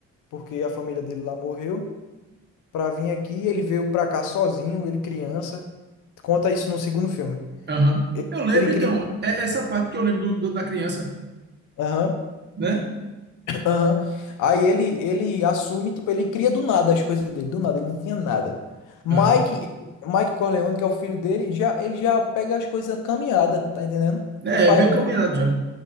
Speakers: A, on the left; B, on the right.
A: porque a família dele lá morreu, para vir aqui. Ele veio para cá sozinho, ele criança. Conta isso no segundo filme.
B: aham. Eu lembro,
A: Ele cria.
B: então, é essa parte que eu lembro do, do- da criança,
A: Aham,
B: né?
A: aham. Aí ele, ele assume, tipo, ele cria do nada as coisas dele, do nada, ele não tinha nada. Mike,
B: Aham.
A: Mike Corleone, que é o filho dele, já, ele já pega as coisas caminhada, tá entendendo?
B: É,
A: O pai,
B: meio
A: o
B: caminhado já.